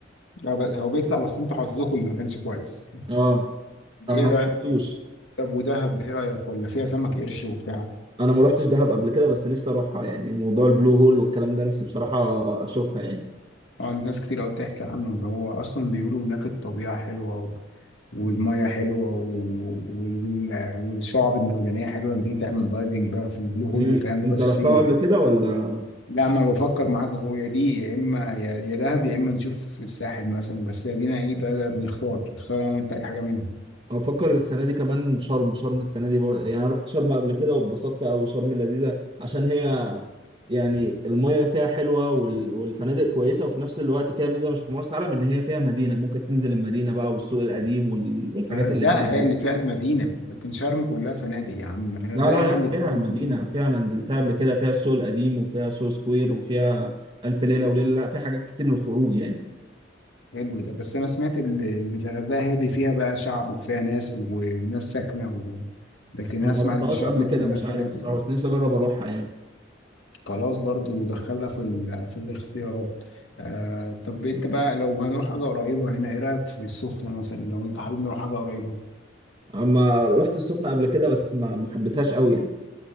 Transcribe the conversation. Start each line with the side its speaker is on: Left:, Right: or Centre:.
Left: لا، ب- هو بيطلع بس انتوا حظكم اللي ما كانش كويس
Right: اه انا
Left: ايه رأيك
Right: ما شفتوش
Left: طب ودهب ايه رأيك ولا فيها سمك قرش وبتاع
Right: انا ما رحتش دهب قبل كده بس نفسي اروحها يعني موضوع البلو هول والكلام ده نفسي بصراحة اشوفها يعني
Left: اه الناس كتير قوي بتحكي عنه ده هو اصلا بيقولوا هناك الطبيعة حلوة والميه حلوه و- وال- وال- والشعب المرجانيه حلوه لما تيجي تعمل دايفنج بقى في البلو هول
Right: مم.
Left: والكلام ده
Right: انت
Left: بس
Right: رحتها قبل كده ولا
Left: لا ما انا بفكر معاك اهو يا دي يا اما يا يا دهب يا اما نشوف الساحل مثلا بس ادينا ايه بقى بنختار نختار انا وانت اي حاجه منهم
Right: انا بفكر السنه دي كمان شرم شرم السنه دي بر... يعني انا رحت شرم قبل كده واتبسطت قوي شرم لذيذه عشان هي يعني المية فيها حلوة وال... والفنادق كويسة وفي نفس الوقت فيها ميزة مش في مرسى علم إن هي فيها مدينة ممكن تنزل المدينة بقى والسوق القديم وال... والحاجات
Left: الغردقه
Right: اللي هناك
Left: هي
Right: دي
Left: اللي فيها المدينه لكن شرم كلها فنادق يا عم الغردقه
Right: لا لا
Left: هي
Right: لا
Left: اللي
Right: فيها
Left: فيها المدينه
Right: مدينة فيها أنا نزلتها قبل كده فيها السوق القديم وفيها سو سكوير وفيها ألف ليلة وليلة لا فيها حاجات كتير للخروج يعني
Left: حلو ده بس انا سمعت ال- ان الغردقه هي اللي فيها بقى شعب وفيها ناس وناس ساكنه و... لكن أنا
Right: أنا ما
Left: اسمع
Right: رحتهاش
Left: ان شرم
Right: قبل كده
Left: كلها
Right: مش
Left: فنادق
Right: عارف الصراحة بس نفسي أجرب أروحها يعني
Left: خلاص برضو دخلها في ال... في الاختيارات آه طب انت بقى لو هنروح حاجة قريبة هنا ايه رأيك في السخنة مثلا لو انت حابب نروح حاجة قريبة
Right: أما رحت السخنة قبل كده بس ما ما حبيتهاش قوي يعني